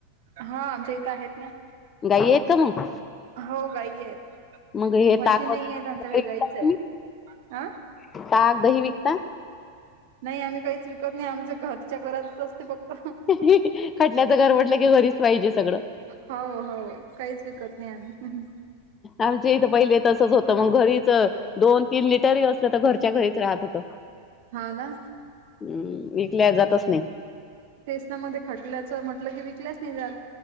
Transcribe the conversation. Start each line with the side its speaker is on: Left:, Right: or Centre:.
Right: हा आमच्या इथं आहेत ना.
Left: गाई आहेत का मग
Right: हो गाई आहेत
Left: मग हे
Right: म्हशी
Left: ताक
Right: नाही
Left: वगैरे
Right: आहेत आमच्याकड गाईच आहेत हा
Left: ताक, दही विकता.
Right: नाही आम्ही काहीच विकत नाही आमच घरच्या घरात असते फक्त
Left: खटल्याचं गरवडलं की घरीच पाहिजे सगळं.
Right: हो हो काहीच विकत नाही आम्ही. हम्म
Left: आमचे इथं पहिले तसच होतं मग घरीच दोन तीन लिटरही असलं तर घरच्या घरीच राहत होतं.
Right: हा ना
Left: हम्म विकल्या जातच नाही.
Right: तेच ना मध्ये खटल्याचं म्हटलं की विकल्याच नाही जात.